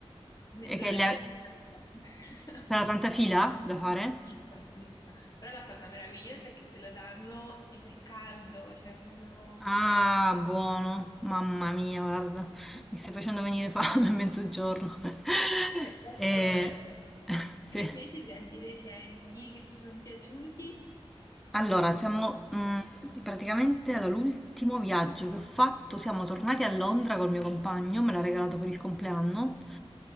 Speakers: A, on the left (about 35°); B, in the centre.
A: mezz'ora
B: E che le-
A: di fila. <laughs>
B: c'era tanta fila da fare?
A: Sì, tantissimo. Però la cosa meravigliosa è che te lo danno ed è caldo, cioè proprio...
B: Ah,
A: già-
B: buono, mamma mia, guarda,
A: <laughs>
B: mi stai facendo venire fame a mezzogiorno. <laughs>
A: È quasi
B: E...
A: ora.
B: <laughs>
A: Te
B: sì.
A: invece viaggi recenti che ti sono piaciuti?
B: Allora, siamo mm, praticamente all'ultimo viaggio che ho fatto. Siamo tornati a Londra col mio compagno, me l'ha regalato per il compleanno.